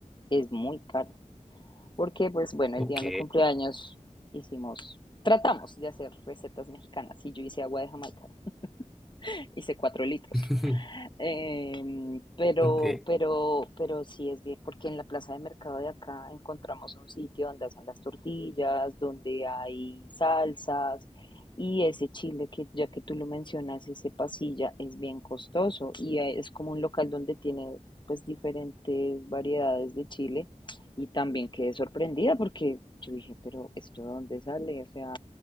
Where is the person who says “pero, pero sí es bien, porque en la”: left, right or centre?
Left